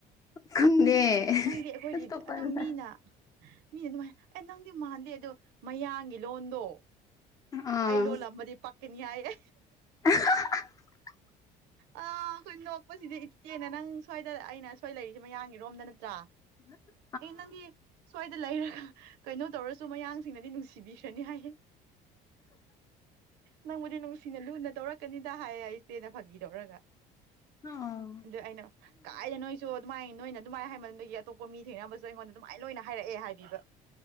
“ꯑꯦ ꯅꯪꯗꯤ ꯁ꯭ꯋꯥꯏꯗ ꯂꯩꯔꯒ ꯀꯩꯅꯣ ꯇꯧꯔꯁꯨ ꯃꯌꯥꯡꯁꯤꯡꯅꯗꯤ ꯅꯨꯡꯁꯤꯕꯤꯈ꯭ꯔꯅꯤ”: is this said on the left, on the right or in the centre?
Right